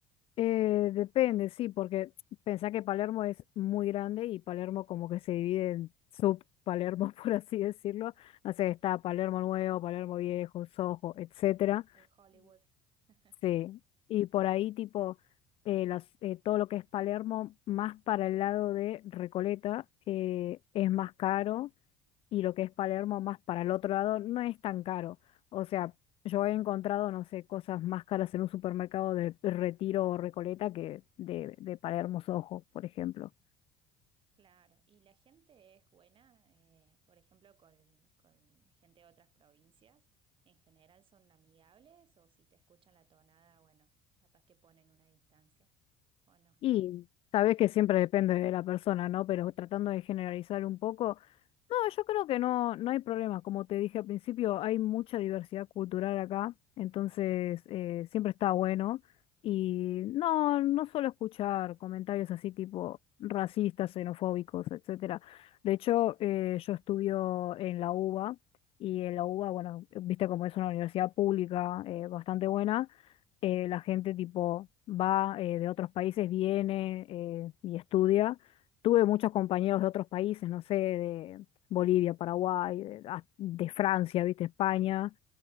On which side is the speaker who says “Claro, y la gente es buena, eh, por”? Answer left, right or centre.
Right